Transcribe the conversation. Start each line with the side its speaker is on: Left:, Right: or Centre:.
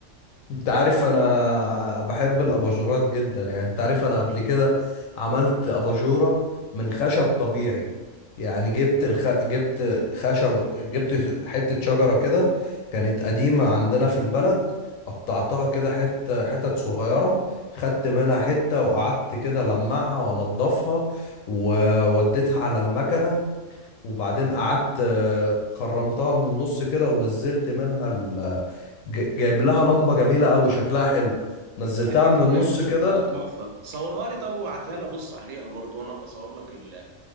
Left: انت عارف انا بحب الاباجورات جدا يعني انت عارف انا قبل كده عملت اباجورة من خشب طبيعي يعني جبت الخ... جبت خشب جبت حتة شجرة كده كانت قديمة عندنا في البلد قطعتها كده حتة حتت صغيرة خدت منها حتة وقعدت كده لمعها وانضفها ووديتها على المكنة وبعدين قعدت آه، خرمتها من النص كده ونزلت منها ج- جايب لها لمبه جميله قوي شكلها حلو نزلتها
Right: اكيد
Left: من النص
Right: دي هيبقى شكلها
Left: كده
Right: تحفه صورها لي طب وابعتها لي ابص عليها برضو وانا ابقى اصور لك ال-